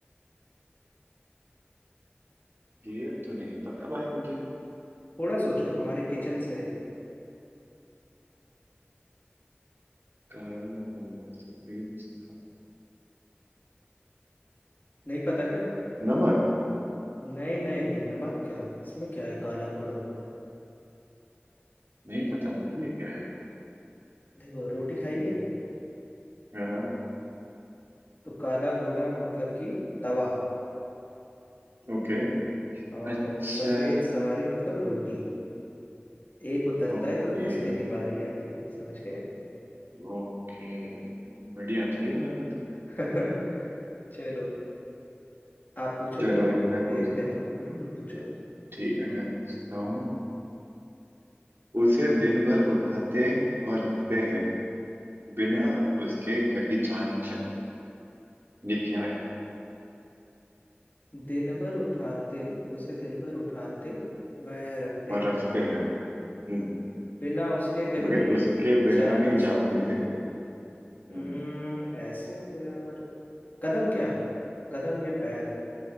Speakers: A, on the right; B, on the left.
A: ये तो नहीं पता भाई मुझे
B: थोड़ा सोचो हमारे किचन से है
A: काला घोड़ा सफेद सफेद
B: नहीं पता क्या
A: नमक
B: नहीं नहीं नहीं नमक क्या इसमें क्या है काला घोड़ा
A: नहीं पता भाई ये क्या है
B: देखो रोटी खाई है
A: हाँ
B: तो काला घोड़ा मतलब कि तवा
A: ओके
B: और
A: अच्छा
B: सफेद सवारी मतलब रोटी एक उतरता
A: ओके
B: है तो दूसरे की बारी आती है समझ गए
A: ओके बढ़िया था ये वाला तो
B: <laughs> चलो आप पूछो
A: चलो
B: फिर
A: एक मैं पूछता
B: एक है
A: हूँ
B: तो हम्म पूछो
A: ठीक है मैं पूछता हूँ उसे दिन भर उठाते और रखते हैं बिना उसके कहीं जा नहीं सकते ये क्या है
B: दिन भर उठाते उसे दिन भर उठाते वह रखते
A: और
B: हैं
A: रखते हैं हम्म,
B: बिना उसके कहीं
A: मगर उसके बिना
B: जा नहीं
A: कहीं जा
B: सकते
A: भी नहीं सकते हम्म,
B: हम्म ऐसा तो यार कदम क्या कदम या पैर